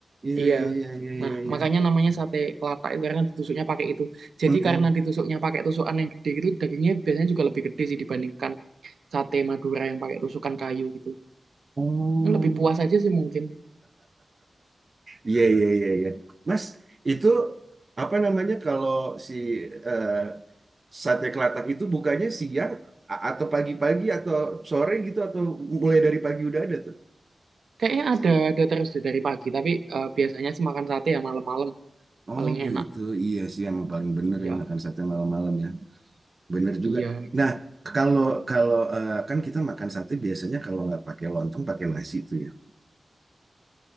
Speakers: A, on the right; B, on the right.
A: iya
B: Iya.
A: iya iya iya
B: Nah,
A: iya iya.
B: makanya namanya sate kelatak itu karena ditusuknya pakai itu. Jadi
A: Mm, mm.
B: karena ditusuknya pakai tusukan yang gede gitu, dagingnya biasanya juga lebih gede sih dibandingkan sate Madura yang pakai tusukan kayu gitu.
A: oh
B: Ini lebih puas aja sih mungkin.
A: Iya, iya, iya, iya. Mas, itu apa namanya kalau si eh, sate kelatak itu bukanya siang a- atau pagi-pagi atau sore gitu atau mulai dari pagi udah ada tuh?
B: Kayaknya ada ada terus deh dari pagi, tapi eh, biasanya sih makan sate ya malam-malam
A: Oh
B: paling
A: gitu,
B: enak.
A: iya sih yang paling bener
B: Iya,
A: yang makan sate malam-malam ya. Bener
B: iya.
A: juga. Nah, kalau kalau eh, kan kita makan sate biasanya kalau nggak pakai lontong pakai nasi itu ya.